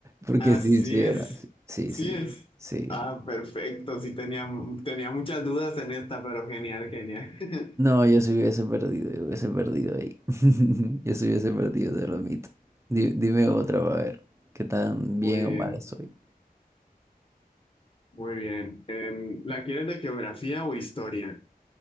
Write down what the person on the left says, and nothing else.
Ah,
sí, sí
es.
Sí
es.
Ah, perfecto. Sí tenía, tenía muchas dudas en esta, pero genial, genial.
<laughs>
Muy bien,
muy bien. Em, ¿la quieres de geografía o historia?